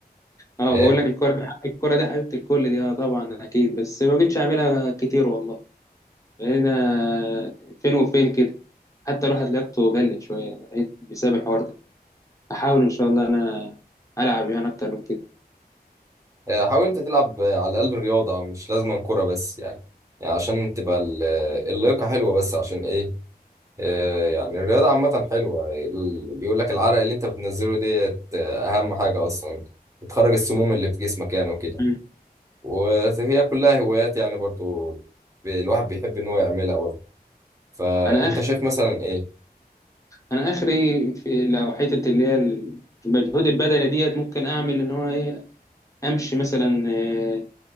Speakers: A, on the left; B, on the right.
A: اه
B: إيه
A: بقول لك الكرة دي، الكرة دي حبيبة الكل دي اه طبعا اكيد بس ما بقتش اعملها كتير والله بقينا فين وفين كده حتى الواحد لياقته قلت شوية بقيت بسبب الحوار ده احاول ان شاء الله انا العب يعني اكتر من كده
B: آه، حاول أنت تلعب آه، على الأقل رياضة مش لازم كورة بس يعني يعني عشان تبقى ال- آه، اللياقة حلوة بس عشان إيه آه، يعني الرياضة عامة حلوة ال- يقول لك العرق اللي أنت بتنزله ديت آه، أهم حاجة أصلا بتخرج السموم اللي في جسمك يعني وكده
A: مم.
B: وهي كلها هوايات يعني برضو ب- الواحد بيحب إن هو يعملها برضو فأنت
A: انا اخر
B: شايف مثلا إيه
A: انا اخري في لو حتة اللي هي المجهود البدني ديت ممكن اعمل ان هو ايه امشي مثلا آه،